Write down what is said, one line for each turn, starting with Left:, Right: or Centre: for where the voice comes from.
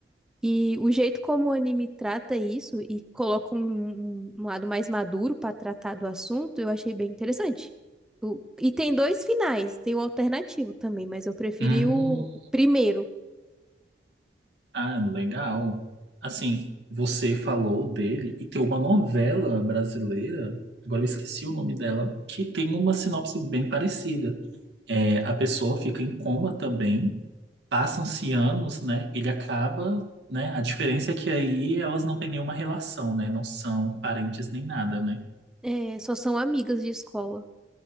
Centre: E o jeito como o anime trata isso e coloca um, um- um lado mais maduro para tratar do assunto, eu achei bem interessante. O- e tem dois finais, tem o alternativo também, mas eu preferi
Right: Hum,
Centre: o, o primeiro.
Right: ah, legal. Assim, você falou dele e tem uma novela brasileira, agora eu esqueci o nome dela, que tem uma sinopse bem parecida. É, a pessoa fica em coma também, passam-se anos, né? Ele acaba, né? A diferença é que aí elas não têm nenhuma relação, né? Não são parentes nem nada, né?
Centre: É, só são amigas de escola.